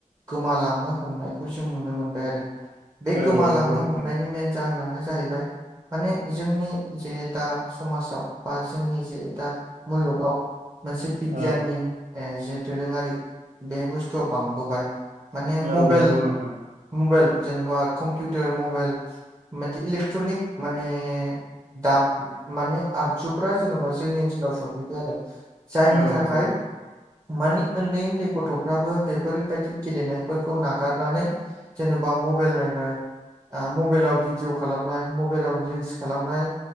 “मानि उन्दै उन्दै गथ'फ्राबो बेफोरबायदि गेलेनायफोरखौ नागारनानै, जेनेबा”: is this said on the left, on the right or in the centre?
Right